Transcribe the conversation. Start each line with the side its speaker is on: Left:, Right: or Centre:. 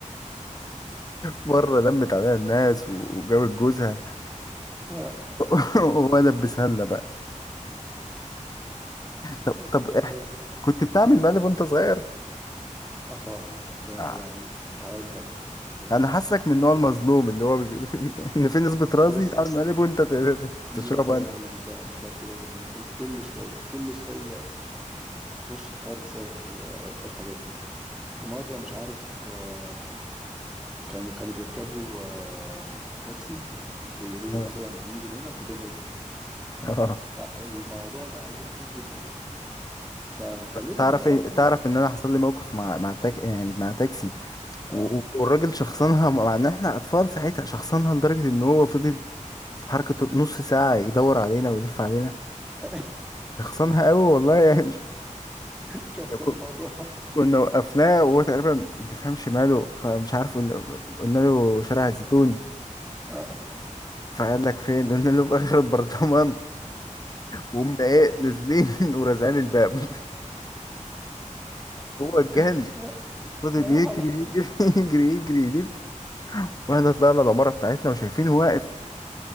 Left: مره لمت عليها الناس وجابت جوزها
Centre: اه
Left: <laughs> وهو لبسها لنا بقى طب
Centre: <laughs> كانت-
Left: طب
Centre: كانت-
Left: إح- كنت بتعمل مقلب وانت صغير
Centre: آه طبعا ده
Left: آه.
Centre: يعني هقول لك آه،
Left: انا حاسك من النوع المظلوم اللي هو بي... <laughs> ان في نسبة رازي
Centre: بص
Left: يتعمل مقلب وانت ت- ت- تشربه
Centre: يا
Left: انت
Centre: لهوي ده ده كده جدا انا كان كل شويه كل شويه اخش في حوار بسبب ال- الحاجات دي في مره مش عارف آه، كانوا كانوا بيركبوا آه، تاكسي ويقولوا له
Left: آه.
Centre: مثلا هننزل هنا كلهم يجروا
Left: اه
Centre: فالموضوع ده عملوه كتير جدا فغالبا
Left: تعرف
Centre: بقى
Left: إيه-
Centre: في
Left: تعرف ان انا حصل لي موقف مع مع تاك... يعني مع تاكسي
Centre: اه
Left: و... و- والراجل شخصنها مع ان احنا اطفال ساعتها شخصنها لدرجة ان هو فضل حركته نص ساعة يدور علينا ويلف علينا
Centre: <laughs>
Left: شخصنها قوي والله يعني مش
Centre: شخص
Left: ك-
Centre: الموضوع
Left: كنا وقفناه وهو تقريبا ما تفهمش ماله فمش عارف قلنا قلنا له شارع الزيتون
Centre: آه.
Left: فقال لك فين قلنا له في اخر البرطمان وقمنا ايه نازلين <laughs> ورازعين الباب هو اتجن
Centre: <laughs>
Left: فضل
Centre: ما
Left: يجري
Centre: يحرك
Left: يجري <laughs> يجري يجري يلف واحنا طلعنا العمارة بتاعتنا وشايفينه واقف